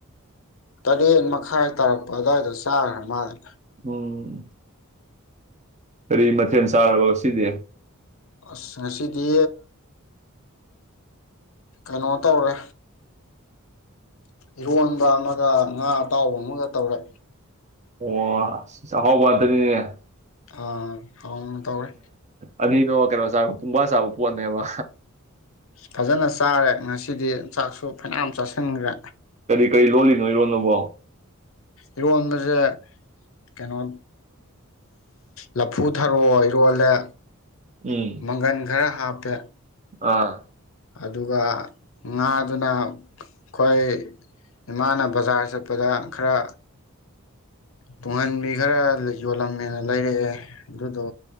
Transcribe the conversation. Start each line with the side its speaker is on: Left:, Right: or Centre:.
Left: ꯇꯔꯦꯠ ꯃꯈꯥꯏ ꯇꯥꯔꯛꯄ ꯑꯗꯨꯋꯥꯏꯗ ꯆꯥꯈ꯭ꯔ ꯃꯥꯜꯂꯦ꯫
Right: ꯎꯝ꯫ ꯀꯔꯤ ꯃꯊꯦꯜ ꯆꯥꯔꯕ ꯉꯁꯤꯗꯤ?
Left: ꯑꯁ ꯉꯁꯤꯗꯤ ꯀꯩꯅꯣ ꯇꯧꯔꯦ ꯏꯔꯣꯟꯕ ꯑꯃꯒ ꯉꯥ ꯑꯇꯥꯎꯕ ꯑꯃꯒ ꯇꯧꯔꯦ
Right: ꯑꯣ ꯑꯥꯛꯍꯥꯎꯕꯗꯗꯤꯅꯦ
Left: ꯑꯥ ꯑꯥꯎ ꯇꯧꯔꯦ
Right: ꯑꯅꯤꯅꯣ ꯀꯩꯅꯣ ꯆꯥꯕ ꯄꯨꯡꯕꯥ ꯆꯥꯕ ꯄꯣꯠꯅꯦꯕ
Left: ꯐꯖꯅ ꯆꯥꯔꯦ ꯉꯁꯤꯗꯤ ꯆꯥꯛꯁꯨ ꯐꯅꯥ ꯆꯥꯁꯤꯟꯈ꯭ꯔꯦ
Right: ꯀꯩ ꯂꯣꯜꯂꯤꯅꯣ ꯏꯔꯣꯟꯗꯕꯣ
Left: ꯏꯔꯣꯟꯕꯁꯦ ꯀꯩꯅꯣ ꯂꯐꯨ ꯊꯔꯑꯣ ꯏꯔꯣꯜꯂꯦ
Right: ꯎꯝ
Left: ꯃꯪꯒꯟꯒ꯭ꯔ ꯍꯥꯞ ꯠꯇ
Right: ꯑꯥ
Left: ꯑꯗꯨꯒ ꯉꯥꯗꯨꯅ ꯑꯩꯈꯣꯏ ꯏꯃꯥꯅ ꯕꯖꯥꯔ ꯆꯠꯄꯗ ꯈꯔ ꯇꯨꯡꯍꯟꯕꯤ ꯈꯔ ꯌꯣꯜꯂꯝꯃꯦꯅ ꯂꯩꯔꯛꯑꯦ ꯑꯗꯨꯗꯣ